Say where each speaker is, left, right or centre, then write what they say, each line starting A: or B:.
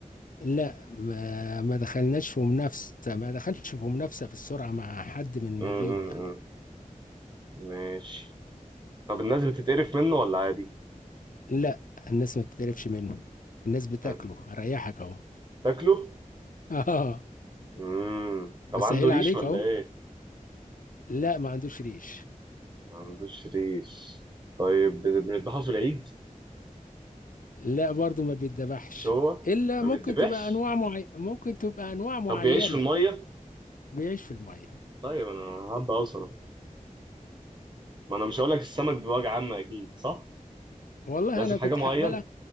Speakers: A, on the left (about 75°); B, on the right (about 35°).
A: لا ما ما دخلناش في منافسة ما دخلش في منافسة في السرعة مع حد من
B: م
A: غيره
B: -م
A: يعني
B: -م. ماشي طب الناس بتتقرف منه ولا عادي
A: لا الناس ما بتتقرفش منه الناس بتاكله
B: حلو.
A: أريحك أهو <laughs>
B: تاكله
A: آه
B: مم. طب
A: بسهل
B: عنده ريش
A: عليك
B: ولا
A: أهو
B: ايه
A: لا ما عندوش ريش
B: ما عندوش ريش طيب بنذبحه في العيد
A: لا برضو ما بيتذبحش
B: مش هو
A: الا
B: ما
A: ممكن
B: بيتذبحش
A: تبقى انواع معي... ممكن تبقى انواع معينه
B: طب بيعيش في الميه
A: بيعيش في الميه
B: طيب انا هبقى اوصل اهو ما انا مش هقول لك السمك بوجه عامه اكيد صح
A: والله
B: لازم
A: انا
B: حاجه
A: كنت
B: معينه
A: هقبلها